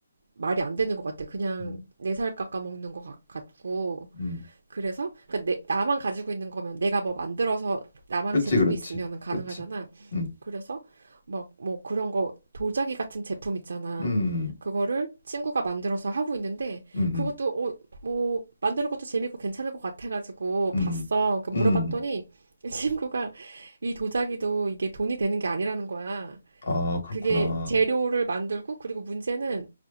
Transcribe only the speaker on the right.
말이 안 되는 것 같아. 그냥
내 살 깎아먹는 것 같- 같고.
그래서, 그러니까 내- 나만 가지고 있는 거면 내가 뭐 만들어서 나만의
제품이
있으면 가능하잖아.
그래서 막 뭐 그런 거 도자기 같은 제품 있잖아.
그거를 친구가 만들어서 하고 있는데
그것도
어, 뭐 만드는 것도 재밌고 괜찮을 것 같아가지고
봤어. 그러니까 물어봤더니
<laughs> 친구가 이 도자기도 이게 돈이 되는 게 아니라는 거야.
그게 재료를 만들고 그리고 문제는